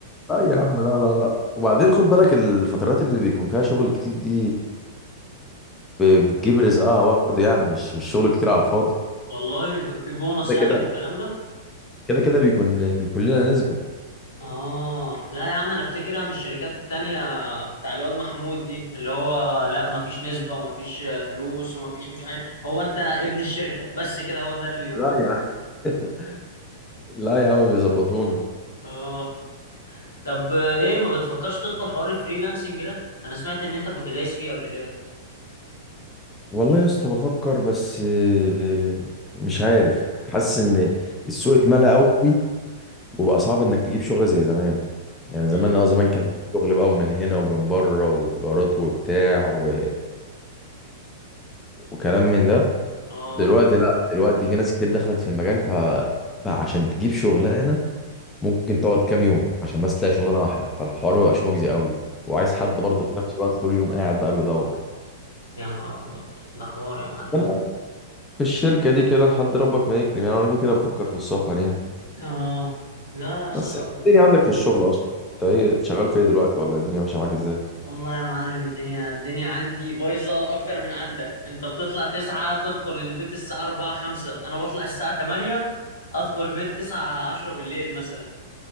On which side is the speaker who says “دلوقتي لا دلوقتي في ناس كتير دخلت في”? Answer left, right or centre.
Left